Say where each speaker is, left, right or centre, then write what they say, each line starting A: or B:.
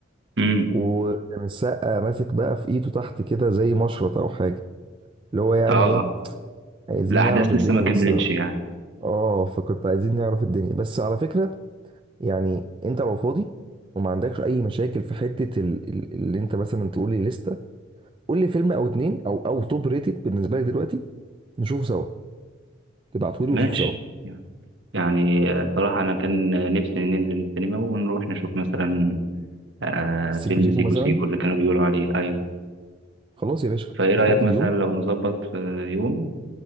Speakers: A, on the right (about 70°); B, on the right (about 25°).
A: امم
B: وكان السقا ماسك بقى في ايده تحت كده زي مشرط او حاجه اللي هو يعني
A: اه
B: ايه عايزين
A: الأحداث
B: نعرف الدنيا
A: لسه ما كملتش
B: لسه
A: يعني
B: اه فكنت عايزين نعرف الدنيا بس على فكره يعني انت لو فاضي وما عندكش اي مشاكل في حته ال- ال- اللي انت مثلا تقول لي لسته قول لي فيلم او اتنين او او توب ريتد بالنسبه لك دلوقتي نشوفه سوا تبعته لي
A: ماشي
B: ونشوفه سوا
A: يعني آه، صراحة أنا كان نفسي ننزل السينما ونروح نشوف مثلا آه
B: السيكو
A: فيلم
B: زيكو
A: سيكو
B: مثلا
A: سيكو اللي كانوا بيقولوا عليه أيوه
B: خلاص يا باشا
A: فإيه رأيك
B: نحدد
A: مثلا
B: يوم
A: لو نظبط في يوم